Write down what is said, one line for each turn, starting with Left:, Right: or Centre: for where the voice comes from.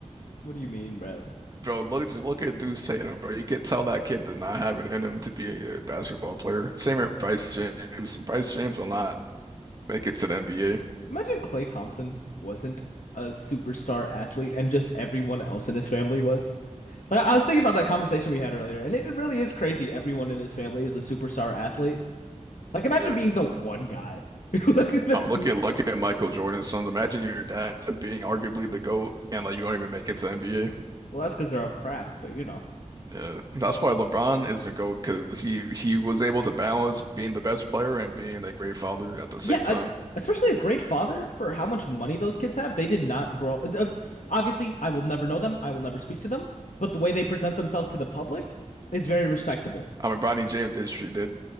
Left: what do you mean, bro?
Right: bro. Look, just look at Duke Tatum, bro. You could tell that kid does not have it in him to be a basketball player. Same with Bryce James. Bryce James will not make it to the NBA.
Left: Imagine Clay Thompson wasn't a superstar athlete and just everyone else in his family was. Like, I was thinking about that conversation we had earlier, and it really is crazy. Everyone in his family is a superstar athlete Like, imagine
Right: Yeah.
Left: being the one guy. <laughs> Like, the-
Right: Um, look at look at Michael Jordan's sons. Imagine your dad being arguably the GOAT, and like you don't even make it to the NBA.
Left: Well, that's because they're off crack, but you know.
Right: Yeah, that's why LeBron is the GOAT because he he was able to balance being the best player and being a great father at the same
Left: yeah, I-
Right: time.
Left: especially a great father for how much money those kids have. They did not grow. uh, Obviously, I will never know them. I will never speak to them. But the way they present themselves to the public is very respectable.
Right: I mean, Bronny James did she did